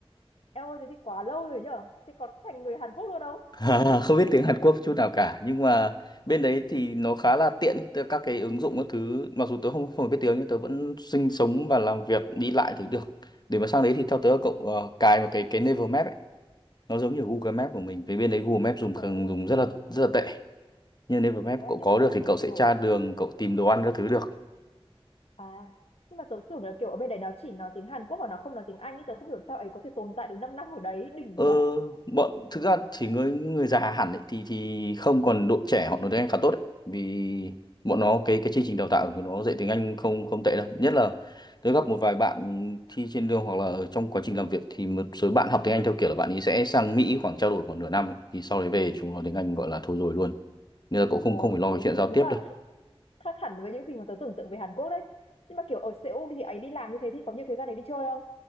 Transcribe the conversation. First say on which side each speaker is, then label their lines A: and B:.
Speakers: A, on the left (about 75°); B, on the left (about 45°).
A: Em ơi, thế thì quá lâu rồi nhở? Thế còn thành người Hàn Quốc luôn không?
B: <laughs> Không biết tiếng Hàn Quốc chút nào cả nhưng mà bên đấy
A: <laughs>
B: thì nó khá là tiện ý. Tớ- các cái ứng dụng các thứ mặc dù tớ không không biết tiếng nhưng tớ vẫn sinh sống và làm việc đi lại thì được. Để mà sang đấy thì theo tớ là cậu ờ, cài một cái cái Naver Map ấy, nó giống như Google Maps của mình. Vì bên đấy Google Maps dùng khẳng-
A: Ồ,
B: dùng rất là rất là tệ. Nhưng Naver Map
A: thế á,
B: cậu
A: nhưng
B: có
A: mà
B: được thì cậu
A: kiểu...
B: sẽ tra đường, cậu tìm đồ ăn các thứ được.
A: À, nhưng mà tớ tưởng là kiểu ở bên đấy nó chỉ nói tiếng Hàn Quốc và nó không nói tiếng Anh ý. Tớ không hiểu sao ấy có thể tồn tại được 5 năm ở đấy, đỉnh
B: Ờ,
A: vật.
B: bọn thực ra thì người người già hẳn ấy, thì thì không còn đội trẻ họ nói tiếng Anh khá tốt ấy. Vì bọn nó cái cái chương trình đào tạo của nó dạy tiếng Anh không không tệ đâu nhất là tôi gặp một vài bạn thi trên đường hoặc là ở trong quá trình làm việc thì một số bạn học tiếng Anh theo kiểu là bạn ấy sẽ sang Mỹ khoảng trao đổi khoảng nửa năm ấy. Thì sau đấy về chúng nó tiếng Anh gọi là thôi rồi luôn nên là cũng không
A: Ồ,
B: không phải lo về
A: thế
B: chuyện
A: thì
B: giao
A: đúng
B: tiếp
A: là
B: đâu
A: <laughs> khác hẳn với những gì mà tớ tưởng tượng về Hàn Quốc đấy. Nhưng mà kiểu ở Seoul thì ấy đi làm như thế thì có nhiều thời gian để đi chơi không?